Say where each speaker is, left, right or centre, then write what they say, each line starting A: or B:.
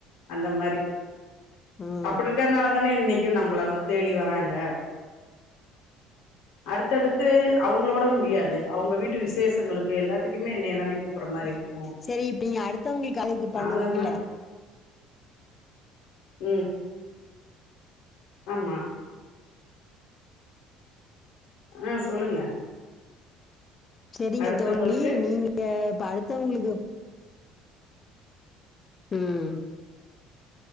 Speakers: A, on the left (about 75°); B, on the left (about 25°).
A: அந்த மாரி
B: ம்
A: அப்டி இருக்கனால தானே இன்னைக்கு நம்பள வந்து தேடி வராங்க அடுத்தடுத்து அவுங்களோட முடியாது அவுங்க வீட்டு விசேஷங்களுக்கு எல்லாத்துக்குமே என்னய தானே கூப்பற மாரி
B: ம்
A: இருக்கு
B: செரி இப்ப நீங்க அடுத்தவங்களுக்கு அழகு பண்ணுவீங்கில்ல
A: அதனால ம் ஆமா ஆ சொல்லுங்க
B: செரிங்க
A: அடுத்தவங்களுக்கு
B: தோழி நீங்க இப்ப அடுத்தவங்களுக்கு ம்